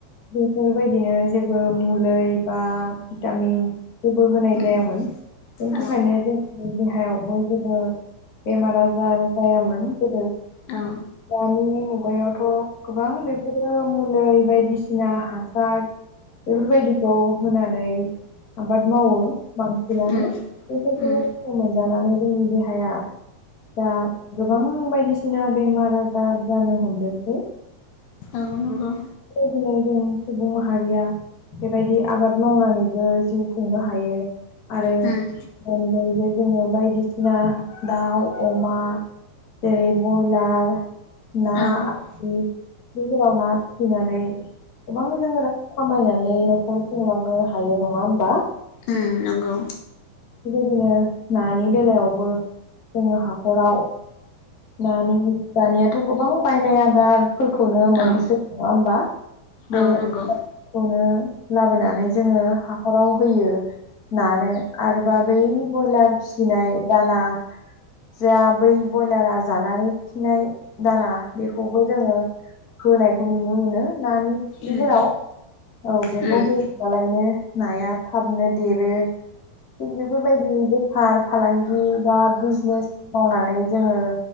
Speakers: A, on the left; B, on the left.
A: बेफोरबायदिनो जेबो मुलै बा भिटामिन जेबो होनाय
B: उम
A: जायामोन बेनि थाखायनो
B: औ
A: जों देहायावबो जेबो बेमार आजार जायामोन बो
B: औ
A: दानि मुगायावथ' गोबां बेफोरो मुलै बायदिसिना हासार बेफोरबायदिखौ होनानै आबाद मावो बांसिनो
B: उम
A: बेफोरखौनो
B: उम
A: जानानै जोंनि देहाया दा गोबां बायदिसिना बेमार आजार जानो हमदोंसै
B: औ नंगौ
A: बेबायदिनो जों सुबुं माहारिया बेबायदि आबाद मावनानैबो जिउ खुंनो हायो आरो
B: उम
A: बेनि अनगायैबो जोङो बायदिसिना दाउ अमा जेरै बयलार ना
B: औ उम
A: आरि बेफोराव ना फिसिनानै गोबां जोङो रां खामायनो नै नखर खुंलांनो हायो नङा होनबा
B: उम नंगौ
A: बिदिनो नानि बेलायावबो जोङो हाखराव नानि दानियाथ' गोबां बायनाय आदारफोरखौनो मोननोसै
B: औ
A: नङा होमबा बेखौनो
B: औ नंगौ
A: लाबोनानै जोङो हाख'राव होयो नानो। आरोबा बै ब्रयलार फिसिनाय दाना जा बै बयलारा जानानै खिनाय दाना बेखौबो जोङो होनायखौ नुनो मोनो नानि फुख्रिफोराव।
B: उम
A: औ बेखौ
B: उम
A: होयोबालायनो नाया थाबनो देरो। थिग बेफोरबायदि बेफार फालां गि बा बिजनेस मावनानै जोङो